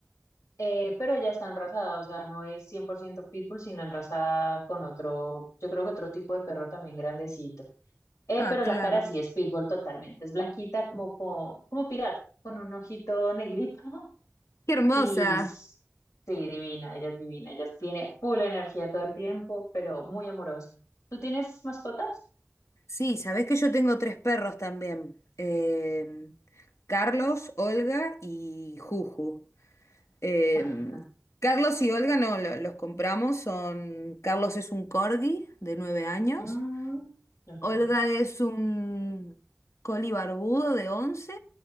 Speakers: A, on the left; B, on the left.
A: Eh, pero ya está enrasada, o sea, no es 100% pitbull, sino enrasada con otro, yo creo que otro tipo de perro también grandecito. Eh,
B: Ah,
A: pero
B: claro.
A: la cara sí es pitbull totalmente, es blanquita como, co- como, pirata, con un ojito negrito <laughs>
B: Qué hermosa.
A: y s- sí, divina, ella es divina, ella tiene full energía todo el tiempo, pero muy amorosa. ¿Tú tienes mascotas?
B: Sí, sabés que yo tengo tres perros también. Eh, Carlos, Olga y Juju. Eh,
A: <laughs>
B: Carlos y Olga no, lo- los compramos. Son, Carlos es un corgi de nueve años,
A: Mm, ok.
B: Olga es un coli barbudo de 11.